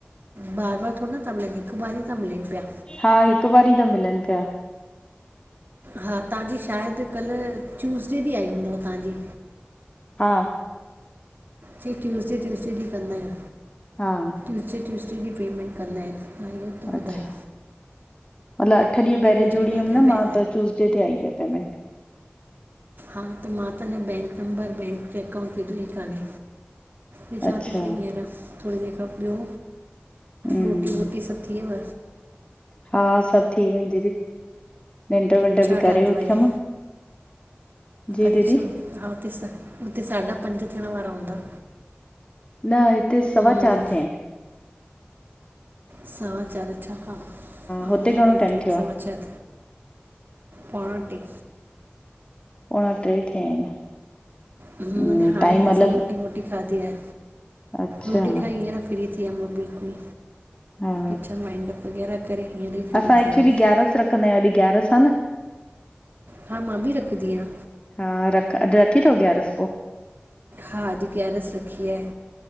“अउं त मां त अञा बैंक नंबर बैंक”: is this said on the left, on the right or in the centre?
Right